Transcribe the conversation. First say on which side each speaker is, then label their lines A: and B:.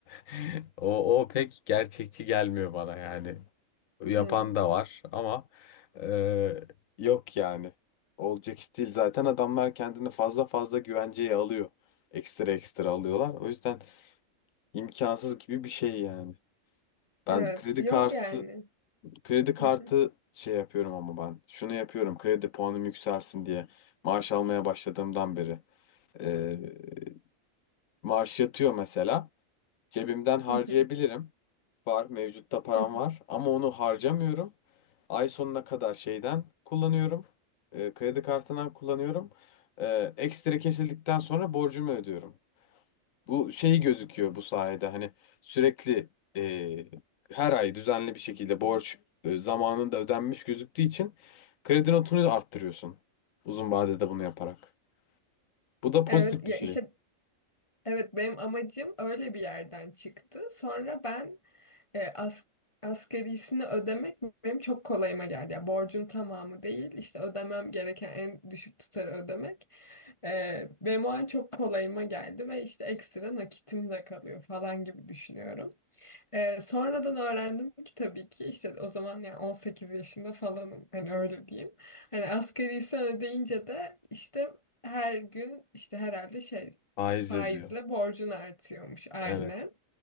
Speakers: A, on the left; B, on the left.
A: <laughs> o, o pek gerçekçi gelmiyor bana yani. Yapan
B: Evet.
A: da var ama e, yok yani. Olacak iş değil. Zaten adamlar kendini fazla fazla güvenceye alıyor. Ekstra ekstra alıyorlar. O yüzden imkansız gibi bir şey yani. Ben
B: Evet.
A: kredi
B: Yok
A: kartı
B: yani.
A: Kredi kartı
B: Hı hı,
A: şey yapıyorum ama ben. Şunu yapıyorum kredi puanım yükselsin diye. Maaş almaya başladığımdan beri. Ee, maaş yatıyor mesela. Cebimden harcayabilirim.
B: hı hı,
A: Var mevcutta param
B: hı hı.
A: var. Ama onu harcamıyorum. Ay sonuna kadar şeyden kullanıyorum. Ee, kredi kartından kullanıyorum. Ee, ekstra kesildikten sonra borcumu ödüyorum. Bu şey gözüküyor bu sayede hani sürekli e, her ay düzenli bir şekilde borç e, zamanında ödenmiş gözüktüğü için kredi notunu arttırıyorsun. Uzun vadede bunu yaparak. Bu da pozitif
B: Evet ya
A: bir şey.
B: işte evet benim amacım öyle bir yerden çıktı. Sonra ben e, as asgarisini ödemek benim çok kolayıma geldi. Yani borcun tamamı değil, işte ödemem gereken en düşük tutarı ödemek. E, benim o an çok kolayıma geldi ve işte ekstra nakitim de kalıyor falan gibi düşünüyorum. Ee, sonradan öğrendim ki tabii ki işte o zaman yani 18 yaşında falanım hani öyle diyeyim. Hani asgarisini ödeyince de işte her gün işte herhalde şey
A: Faiz
B: faizle
A: yazıyor.
B: borcun artıyormuş aynen.
A: Evet.